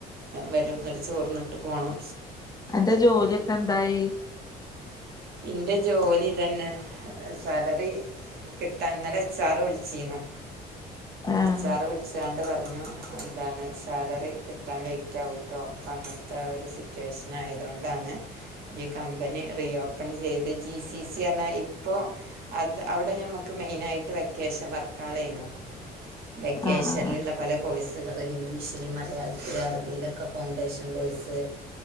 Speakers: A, on the right; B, on the left.
A: വരും എന്നിട്ട് ചോർന്നിട്ട് പോണം
B: ൽന്റെ ജോലിയൊക്കെ എന്തായി
A: എന്റെ ജോലി തന്നെ സാലറി കിട്ടാല എച്ച് ആർ വിളിച്ചിന്നു
B: ആ
A: എച്ച് ആർ വിളിച്ചാണ്ട് പറഞ്ഞു എന്താണ് സാലറി കിട്ടാൻ ലേറ്റ് ആകട്ടോ അപ്പ അങ്ങനത്തെ ഒരു സിറ്റുവേഷൻ ആയതൊണ്ടാണ് ഈ കമ്പനി റിയ പ്പൺ ചെയ്ത് ജി സി സി തന്ന ഇപ്പോൾ അത് അവിടെ നമുക്ക് മെയിനായിട്ട് വെക്കേഷൻ വർക്ക ആയിരുന്നു വെക്കേഷനിലുള്ള
B: ആഹ്
A: പല കോഴ്സുകൾ ഇംഗ്ലീഷിൽ മലയാളത്തിലൽ അറബിയിലൊക്കെ ഫൗണ്ടേഷൻ കോഴ്സ്